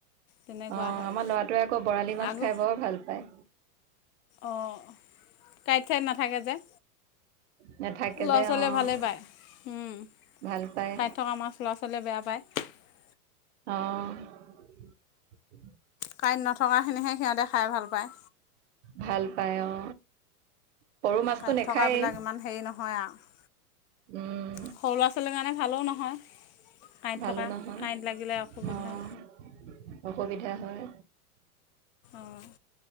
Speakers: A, on the left; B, on the right.
A: তেনেকুৱা
B: অ',
A: হয়।
B: আমাৰ ল'ৰাটোৱে আকৌ বৰালি মাছ
A: আগ
B: খাই বৰ ভাল পায়
A: অঁ, কাই ত নাথাকে যে।
B: নাথাকে
A: ল'ৰা
B: যে
A: ছোৱালীয়ে
B: অ',
A: ভালেই পায়। কাইট
B: ভাল পায়
A: থকা মাছ ল'ৰা ছোৱালীয়ে বেয়া পায়।
B: অ', <inaudible>
A: কাইট নথকাখিনিহে সিহঁতে খাই ভাল পায়।
B: ভাল পায়, অ'। সৰু মাছটো
A: কাইট
B: নেখায়েই
A: থকাবিলাক ইমান হেৰি নহয় আৰু।
B: উম।
A: সৰু ল'ৰা ছোৱালীৰ কাৰণে ভালও নহয়। কাইট
B: ভালো
A: থকা,
B: নহয়
A: কাইট লাগিলে অসুবিধা।
B: অ', অসুবিধা হয়
A: অঁ।